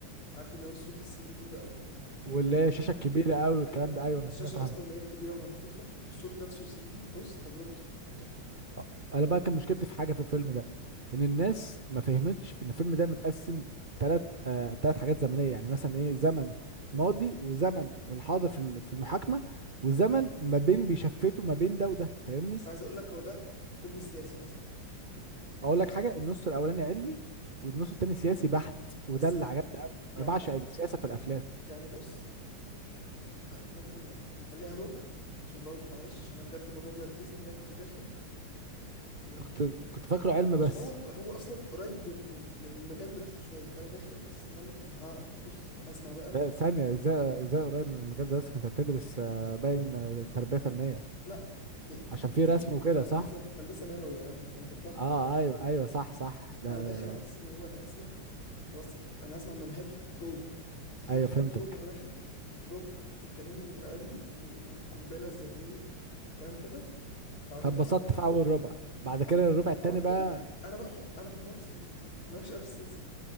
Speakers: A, on the left (about 75°); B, on the right (about 40°).
A: عارف ان هو الصوت السي دي بقى وكان
B: واللي
A: تجربه
B: هي الشاشة الكبيرة قوي والكلام
A: ايوه
B: ده ايوه انا
A: الشاشه
B: كده فاهمك
A: اصلا اللي هي كبيره وملفوفه والصوت نفسه 3 دي بص تجربه تحفه تحفه
B: آه، انا بقى كان مشكلتي في حاجة في الفيلم ده ان الناس ما فهمتش ان الفيلم ده متقسم ثلاث آه ثلاث حاجات زمنية يعني مثلا ايه زمن ماضي وزمن في الحاضر في ال- في المحاكمة وزمن ما بين بيشفتوا ما بين ده وده فاهمني
A: بس عايز اقول لك هو ده فيلم سياسي اصلا بقى
B: اقول لك حاجه النص الاولاني علمي والنص التاني سياسي بحت وده
A: بس
B: اللي
A: مم. لا
B: عجبني قوي
A: يعني
B: انا بعشق السياسه في الافلام
A: يعني بص آه، ممكن نخليها ربع عشان برضو معلش عشان انا بجد الموضوع ده نرفزني ان انا كنت داخل آه
B: كنت كنت فاكره علم
A: عشان
B: بس
A: هو هو اصلا قريب من من من مجال دراستي شويه فانا داخل على اساس ان انا انا ها بص هسمع بقى
B: لا ثانيه ازاي ازاي قريب من المجال ده اصلا كنت بتدرس آه، باين آه، تربيه فنيه
A: لا إيه،
B: عشان
A: انت
B: في
A: نسيت
B: رسم
A: تقول
B: وكده
A: يا عم انا
B: صح
A: هندسه هندسه نووي يا عم انا في الضبعه
B: اه ايوه ايوه صح صح ده
A: فانا داخل على اساس ان هو انا هسمع خلاص انا هسمع منهجي جوه دخلت
B: ايوه فهمتك
A: لقيت ربع واحد ربع بيتكلموا علمي والقنبله الذريه وكلام كده بعد
B: فاتبسطت
A: كده
B: في اول ربع بعد كده
A: أ-
B: الربع التاني
A: بعد كده
B: بقى
A: انا بقى ح- انا حمار سياسه انا وحش قوي في السياسه